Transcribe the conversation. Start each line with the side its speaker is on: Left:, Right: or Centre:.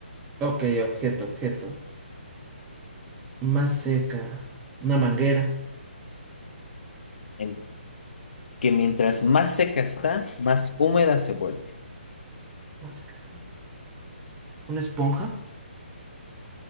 Right: ok, objeto, objeto. Más seca. Una manguera.
Left: En- que mientras más seca está, más húmeda se vuelve.
Right: Más seca está, más. ¿Una esponja?